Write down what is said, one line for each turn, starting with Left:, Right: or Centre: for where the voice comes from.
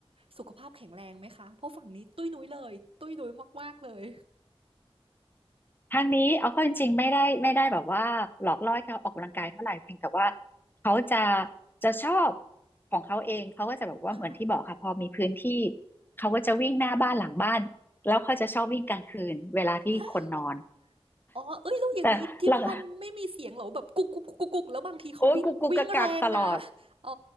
Right: สุขภาพแข็งแรงไหมคะเพราะฝั่งนี้ตุ้ยนุ้ยเลยตุ้ยนุ้ยมากๆเลย
Left: ทางนี้เอาเข้าจริงๆไม่ได้ไม่ได้แบบว่าหลอกล่อให้เขาออกกำลังกายเท่าไหร่เพียงแต่ว่าเขาจะจะชอบของเขาเองเขาก็จะแบบว่าเหมือนที่บอกค่ะพอมีพื้นที่
Right: ค่ะ
Left: เขาก็จะวิ่งหน้าบ้านหลังบ้านแล้วเขาจะชอบวิ่งกลางคืนเวลาที่คนนอน
Right: <laughs> อ๋อเอ้ยแล้วอย่างนี้ที่บ้านไม่มีเสียงเหรอแบบกุกกุกกุกกุกกุกแล้วบางทีเขาวิ่งวิ่งแรงนะ
Left: แต่หลังโอ้ยกุกกุกกักกักตลอด
Right: อ๋อ